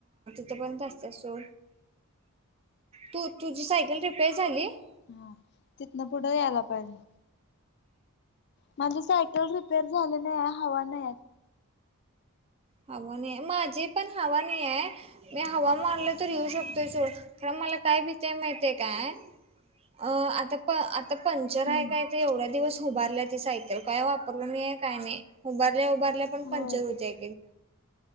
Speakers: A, on the right; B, on the left.
A: आपर्यंतत सो तू तुझी सायकल रिपेर झाली. <unintelligible>
B: हा तिथन पुढे यायला पाहिजे. म्हणजे सायकल रिपेअर झाले नाही हवा नाही.
A: हवा नाही माझी पण हवा नाही आहे, मी हवा मानल तर येऊ शकतोय. मला काय काय आता. आता पंचर
B: हम्म
A: आहे काय एवढ्या दिवस उभारल्या ती सायकल काय वापरल नाहीे काय नाही उभारल्या उभारल्या पण
B: होय
A: पंचर हूतीय.